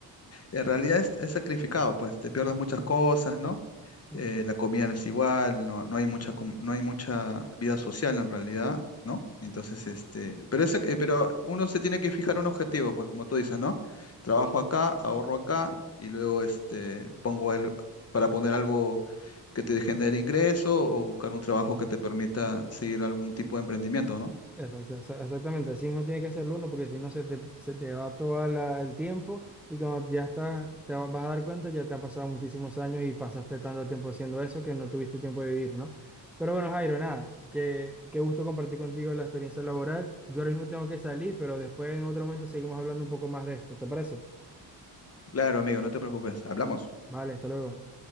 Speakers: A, on the left; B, in the centre.
A: En realidad es, es sacrificado, pues te pierdes muchas cosas, ¿no?
B: ujú.
A: Eh, la comida no es igual, no, no hay mucha, com- no hay mucha vida social en realidad, ¿no? Entonces, este, pero, ese- eh, pero uno se tiene que fijar un objetivo, pues como tú dices, ¿no? Trabajo acá, ahorro acá y luego este, pongo el, para poner algo que te genere ingreso o buscar un trabajo que te permita seguir algún tipo de emprendimiento, ¿no?
B: Exacta- exa- exactamente, así mismo tiene que ser el uno porque si no se te, se te va todo el tiempo y cuando ya estás, te va- vas a dar cuenta, ya te han pasado muchísimos años y pasaste tanto tiempo haciendo eso que no tuviste tiempo de vivir, ¿no? Pero bueno, Jairo, nada, que qué gusto compartir contigo la experiencia laboral. Yo ahora mismo tengo que salir, pero después en otro momento seguimos hablando un poco más de esto, ¿te parece?
A: Claro, amigo, no te preocupes, hablamos.
B: Vale, hasta luego.